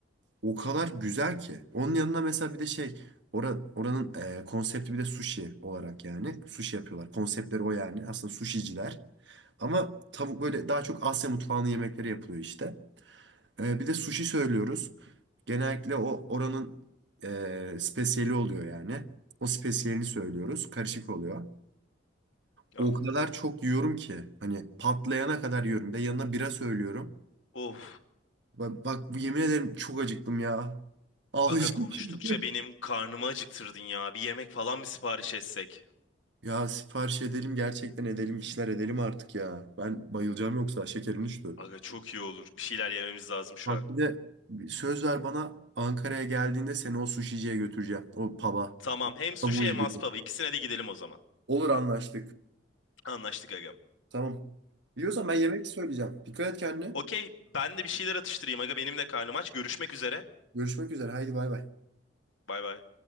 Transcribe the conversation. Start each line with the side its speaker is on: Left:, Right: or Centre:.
Right: O kadar güzel ki. Onun yanına mesela bir de şey, ora- oranın e, konsepti bir de sushi olarak yani. Sushi yapıyorlar. Konseptleri o yani. Aslında sushiciler. Ama tavuk böyle daha çok Asya mutfağının yemekleri yapılıyor işte. Ee, bir de sushi söylüyoruz. Genellikle o oranın e, spesiyeli oluyor yani. O spesiyelini söylüyoruz. Karışık oluyor.
Left: Anladım.
Right: O kadar çok yiyorum ki hani patlayana kadar yiyorum. Bir de yanına bira söylüyorum.
Left: Of.
Right: Bak, bak yemin ederim çok acıktım ya. Ağlayacağım
Left: Aga konuştukça
Right: şimdi.
Left: benim
Right: <laughs>
Left: karnımı acıktırdın ya. Bir yemek falan mı sipariş etsek?
Right: Ya sipariş edelim gerçekten edelim bir şeyler edelim artık ya. Ben bayılacağım yoksa şekerim düştü.
Left: Aga çok iyi olur. Bir şeyler yememiz lazım şu
Right: Bak
Left: an.
Right: bir de söz ver bana Ankara'ya geldiğinde seni o suşiciye götüreceğim. O pub'a.
Left: Tamam. Hem sushi
Right: Tavuğu yedireceğim.
Left: hem aspava. İkisine de gidelim o zaman.
Right: Olur anlaştık.
Left: Anlaştık agam.
Right: Tamam. Biliyorsan ben yemek söyleyeceğim. Dikkat et kendine.
Left: Okey, ben de bir şeyler atıştırayım aga benim de karnım aç. Görüşmek üzere.
Right: Görüşmek üzere. Haydi bay bay.
Left: Bay bay.